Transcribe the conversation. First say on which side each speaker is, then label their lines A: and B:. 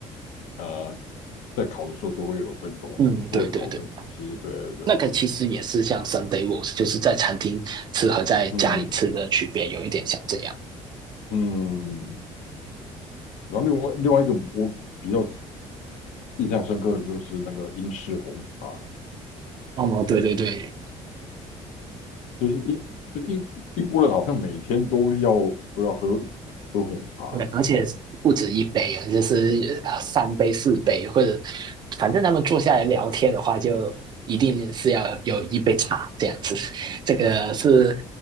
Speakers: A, on the left (about 80°); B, on the right (about 35°).
A: 呃，在烤的时候就会有这个东西，
B: 嗯，对对对，
A: 就会烤这个东西。对对对。
B: 那个其实也是像 Sunday roast，就是在餐厅吃和在家里吃的区别有一点像这样。
A: 嗯嗯，然后另外另外一个我比较印象深刻的就是那个英式红茶，
B: 哦，对对对对，
A: 就是英就英英国人好像每天都要都要喝喝红茶，
B: 而且不止一杯啊，就是三杯、四杯，或者反正他们坐下来聊天的话，就一定是要有一杯茶这样子。<laughs> 这个是